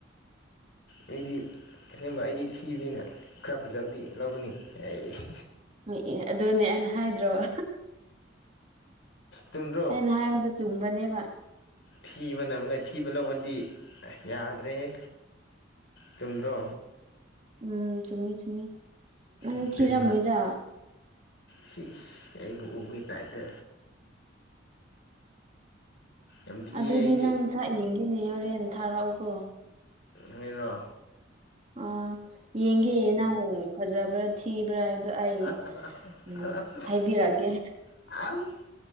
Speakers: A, on the left; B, on the right.
A: ꯑꯩꯗꯤ ꯑꯁꯦꯡꯕ ꯑꯩꯗꯤ ꯊꯤꯕꯅꯤꯅ ꯈꯔ ꯐꯖꯕꯗꯤ ꯂꯧꯒꯅꯤ ꯑꯩ <inaudible>
B: ꯎ ꯑꯦ ꯑꯗꯨꯅꯦ ꯑꯩꯅ ꯍꯥꯏꯗ꯭ꯔꯣ <inaudible>
A: ꯆꯨꯝꯗ꯭ꯔꯣ
B: ꯑꯩꯅ ꯍꯥꯏꯕꯗꯨ ꯆꯨꯝꯕꯅꯦꯕ
A: ꯊꯤꯕꯅ ꯑꯃꯨꯀ ꯊꯤꯕ ꯂꯧꯕꯗꯤ ꯌꯥꯗ꯭ꯔꯦꯍꯦ ꯆꯨꯝꯗ꯭ꯔꯣ
B: ꯎꯝ ꯆꯨꯝꯃꯤ ꯆꯨꯝꯃꯤ ꯎꯪ
A: ꯑꯗꯨꯅꯦꯕ
B: ꯊꯤꯔꯝꯃꯣꯏꯗ
A: ꯁꯤ ꯑꯩꯕꯨ ꯎꯕꯒꯤ ꯇꯥꯏꯞꯇ ꯌꯥꯝ ꯊꯤꯌꯦ
B: ꯑꯗꯨꯗꯤ
A: ꯑꯩꯗꯤ
B: ꯅꯪ ꯁꯛ ꯌꯦꯡꯒꯤꯅꯦ ꯍꯣꯔꯦꯟ ꯊꯥꯔꯛꯎꯀꯣ
A: ꯑꯩꯔꯣ
B: ꯑꯥ ꯌꯦꯡꯒꯦ ꯅꯪ ꯐꯖꯕ꯭ꯔꯥ ꯊꯤꯕ꯭ꯔꯥ ꯍꯥꯏ ꯕꯗꯨ ꯑꯩ
A: ꯑꯁ ꯑꯁ ꯑꯁ ꯑꯁ
B: ꯎꯝ
A: ꯑꯁ ꯑꯁ
B: ꯍꯥꯏꯕꯤꯔꯛꯒꯦ
A: ꯑꯁ